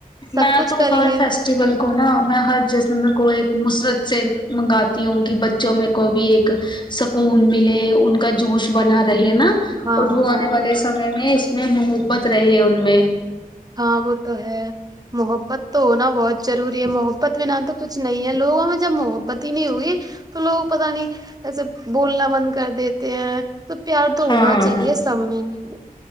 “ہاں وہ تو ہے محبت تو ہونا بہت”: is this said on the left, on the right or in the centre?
Right